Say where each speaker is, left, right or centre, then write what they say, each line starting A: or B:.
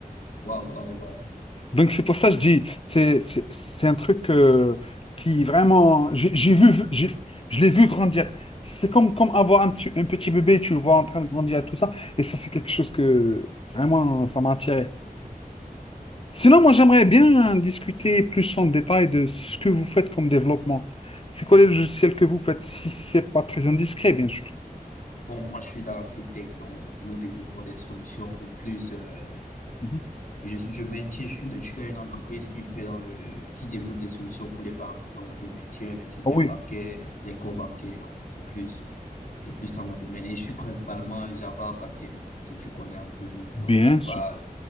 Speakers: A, on the left; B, on the left.
A: waouh, waouh, waouh.
B: Donc c'est pour ça que je dis, c'est c'est- c'est un truc euh, qui vraiment, j'ai j'ai vu, j'ai- je l'ai vu grandir. C'est comme, comme avoir un petit, un petit bébé, tu le vois en train de grandir et tout ça. Et ça, c'est quelque chose que vraiment, ça m'a attiré. Sinon, moi, j'aimerais bien discuter plus en détail de ce que vous faites comme développement. C'est quoi les logiciels que vous faites, si c'est pas très indiscret, bien sûr.
A: Bon, moi, je suis dans la fintech, donc nous développons des solutions plus, euh,
B: Mhm.
A: Je suis, je maintiens, je suis, je suis dans une entreprise qui fait dans le, qui développe des solutions pour les banques. Donc, je maintiens les systèmes
B: Ah oui,
A: bancaires, les corps bancaires. Donc, c'est plus, c'est plus ça mon domaine. Et je suis principalement Java backend, si tu connais un peu.
B: bien
A: Donc, je suis pas,
B: sûr,